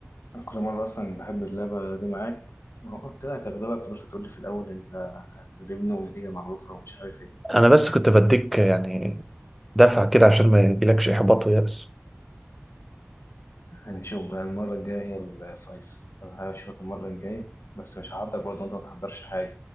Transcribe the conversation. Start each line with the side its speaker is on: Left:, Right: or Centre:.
Left: أنا كل مرة أصلا بحب اللعبة دي معاك ما هو قلت لك هغلبك فضلت تقول لي في الأول أنت هتغلبني والنتيجة معروفة ومش عارف إيه
Centre: انا بس كنت بديك يعني دفعة كده عشان ما يجيلكش احباط ويأس
Left: هنشوف بقى المرة الجاية هي الفيصل أنا هشوفك المرة الجاية بس مش هحضر برضه وأنت ما تحضرش حاجة